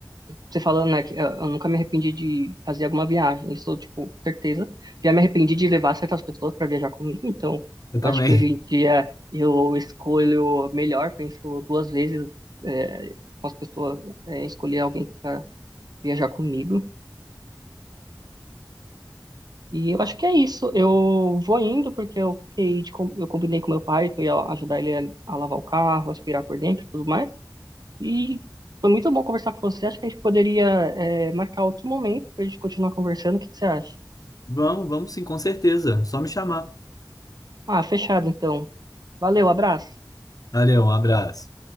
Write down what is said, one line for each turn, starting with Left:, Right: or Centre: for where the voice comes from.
Right: você falando, né, que eu, eu nunca me arrependi de fazer alguma viagem, isso, tipo, certeza. Já me arrependi de levar certas pessoas para viajar comigo, então
Left: Eu também.
Right: eu acho que hoje em dia eu escolho melhor, penso duas vezes é, com as pessoas, é, escolher alguém para viajar comigo. E eu acho que é isso. Eu vou indo porque eu fiquei de com- eu combinei com meu pai que eu ia ajudar ele a, a lavar o carro, aspirar por dentro, e tudo mais. E foi muito bom conversar com você. Acho que a gente poderia, é, marcar outro momento para a gente continuar conversando. O que que você acha?
Left: <laughs> Vamos, vamos sim, com certeza. Só me chamar.
Right: Ah, fechado então. Valeu, abraço.
Left: Valeu, um abraço.